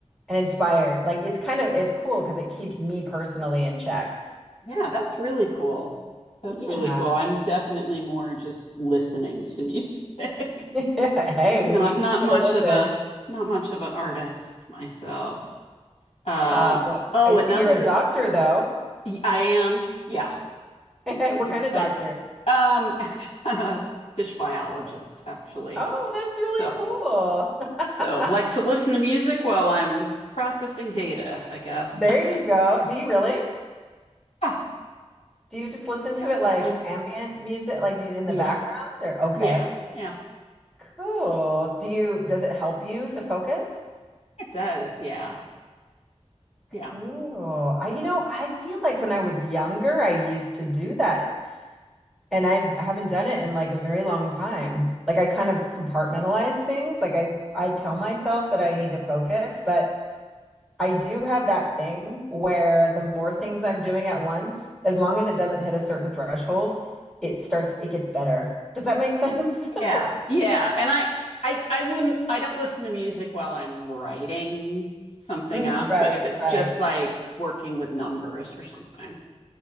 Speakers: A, in the centre; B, on the left.
A: and inspired. Like it's kind of, it's cool because it keeps me personally in check.
B: Yeah, that's really cool. That's
A: Yeah.
B: really cool. I'm definitely more just listening to music.
A: <laughs>
B: <laughs>
A: Hey, we
B: Not
A: need
B: not
A: people
B: much
A: to listen.
B: of a not much of an artist myself. Um,
A: Uh,
B: oh,
A: I see
B: another
A: you're a doctor, though.
B: y- I am. Yeah.
A: <laughs>
B: Yeah.
A: What kind of doctor?
B: I um <laughs> I'm a fish biologist actually.
A: Oh, that's really
B: So
A: cool.
B: so like
A: <laughs>
B: to listen to music while I'm processing data, I guess.
A: There
B: <laughs>
A: you go. Do you really?
B: Ah,
A: Do you just listen
B: yeah,
A: to
B: sometimes.
A: it like ambient music, like do you in
B: Yeah.
A: the background or okay.
B: Yeah. Yeah.
A: Cool. Do you, does it help you to focus?
B: It does. Yeah. Yeah.
A: Cool. I, you know, I feel like when I was younger, I used to do that and I haven't done it in like a very long time. Like I kind of compartmentalize things. Like I, I tell myself that I need to focus, but I do have that thing where the more things I'm doing at once, as long as it doesn't hit a certain threshold, it starts, it gets better. Does that make sense? <laughs>
B: Yeah. Yeah. And I I I wouldn't I don't listen to music while I'm writing something
A: Mm,
B: up,
A: right,
B: but if it's
A: right.
B: just like working with numbers or something.